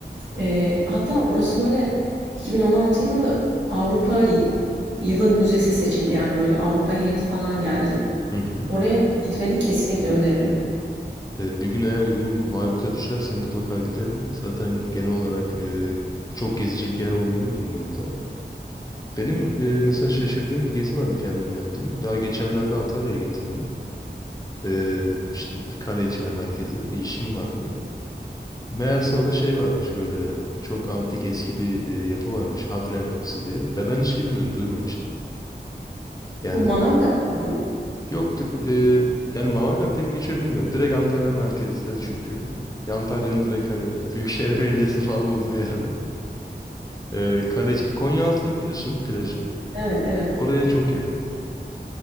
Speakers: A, on the right; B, on the left.
A: Ee, hatta orası böyle 2016 yılında Avrupa yılın müzesi seçildi yani böyle Avrupa heyeti falan geldi.
B: Hı hı.
A: Oraya gitmeni kesinlikle öneririm.
B: Ee, Bir gün eğer yolum Bayburt'a düşerse mutlaka giderim. Zaten genel olarak e, çok gezecek yer olduğunu duydum orada. Benim e, mesela şaşırdığım bir gezi vardı kendim yaptım. Daha geçenlerde Antalya'ya gittim ben. Ee, işte kale merkezi bir işim vardı. Meğerse orada şey varmış böyle çok antik eski bir e, yapı varmış Hadrian Kapısı diye. Ve ben hiç bilmiyordum duymamıştım. Yani
A: Bu Manavgat'ta mı?
B: Yok dir- e, yani Manavgat diye mi geçiyor bilmiyorum. Direkt Antalya merkezde çünkü. Ya Antalya'nın direkt hani Büyükşehir <laughs> Belediyesi'nin falan olduğu yerde. E, Kaleci, Konyaaltı'nı biliyorsun plajı.
A: Evet, evet.
B: Oraya çok yakın.